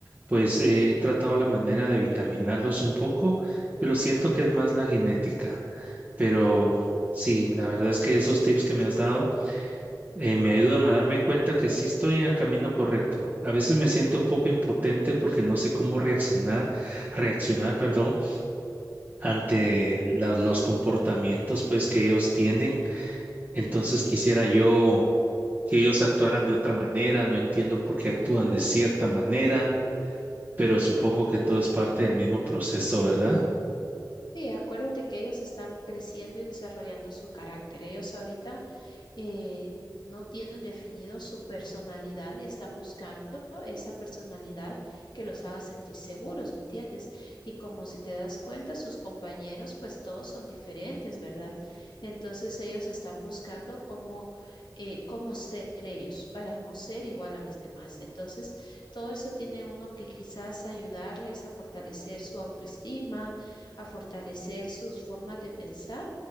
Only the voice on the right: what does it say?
pues eh, he tratado la manera de vitaminarlos un poco, pero siento que es más la genética. Pero sí, la verdad es que esos tips que me has dado eh, me ayudan a darme cuenta que sí estoy en el camino correcto. A veces me siento un poco impotente porque no sé cómo reaccionar, reaccionar, perdón, ante la- los comportamientos pues que ellos tienen. Entonces quisiera yo que ellos actuaran de otra manera, no entiendo por qué actúan de cierta manera, pero supongo que todo es parte del mismo proceso, ¿verdad?